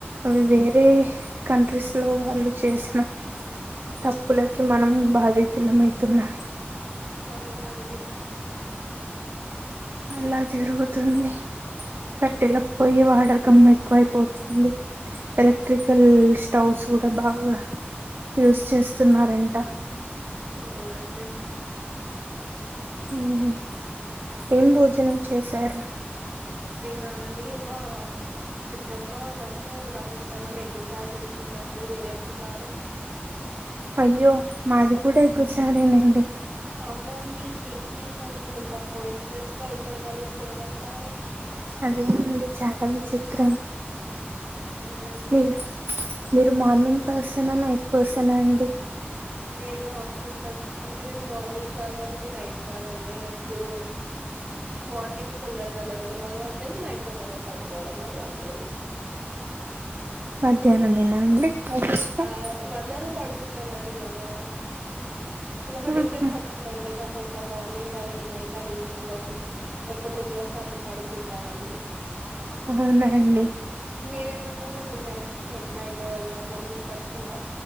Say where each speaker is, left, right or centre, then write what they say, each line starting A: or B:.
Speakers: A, on the right; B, on the right.
A: అవి వేరే కంట్రీస్ లో వాళ్ళు చేసిన తప్పులకి మనం బాధితులమయితున్నా.
B: నావునండి
A: అలా జరుగుతుంది. కట్టెల పొయ్యి వాడకం ఎక్కువైపోతుంది. ఎలక్ట్రికల్ స్టౌవ్స్ కూడా బాగా. యూస్ చేస్తున్నారంట.
B: అవునండి
A: ఉమ్ హు ఏం భోజనం చేశారు.
B: నేనా అండి మా పెద్దమ్మా నాకు నాకు ఇష్టమని ఎగ్గుచారూ చేసిందండి. మీరేం తిన్నారు?
A: అయ్యో మాది కూడా ఎగ్గుచారేనండి.
B: అవునా అండి సేమ్ పీన్స్ అండి. ఏంత కోఇన్స్టెంట్స్ గా ఇద్దరు కర్రీస్ సేమ్ అయిపోయాయి.
A: అదేనండి చాలా విచిత్రం.
B: అవునండి.
A: మీరు మీరు మార్నింగ్ పర్సనా నైట్ పర్సనా అండి.
B: నేను ఆఫ్టర్నూన్. పర్సన్ అంటే నేను మార్నింగ్ కాదు అండి నైట్ కాదండి నేను ఎప్పుడు. మార్నింగ్ తొందరగా లేవడం అలవాట్లేదు. నైట్ తొందరగా పడుకోవడం అలవాట్లేదు.
A: ధ్యానమేనా అండి. మీకు ఇష్టం
B: ఆహ్ మధ్యాహ్నం పడుకుంటానండి మళ్ళా నేను. నేను ఒక డిఫరెంట్
A: ఉహు
B: పర్సన్ అండి. నాకు ఒక మార్నింగ్ అని నైట్ అని ఏమి ఉండవు. ఎప్పుడు నిద్ర వస్తే అప్పుడు పడుకుంటానండి.
A: ఉహ్ అవునండి.
B: మీరేమంటారు మీరు నైట్ నైట్ వాలా మార్నింగ్ పర్సనా.